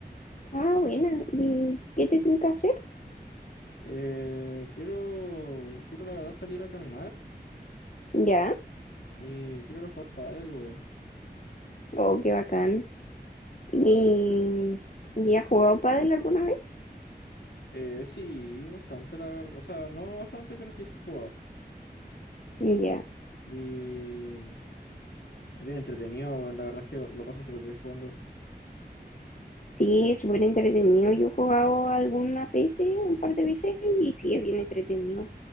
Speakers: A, on the left; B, on the left.
A: Ah, buena. ¿Y qué te tengo que hacer?
B: Eh, quiero, quiero la verdad salir a caminar
A: Ya.
B: y quiero ir a jugar pádel, weón.
A: Oh, qué bacán. ¿Y, ¿y has jugado pádel alguna vez?
B: Eh, sí, bastante, la verdad. O sea, no bastante, pero sí se ha jugado.
A: Ya.
B: Y es bien entretenido, weón. La verdad es que lo, lo paso súper bien jugando.
A: Sí, es súper entretenido. Yo he jugado algunas veces, un par de veces, y sí, es bien entretenido.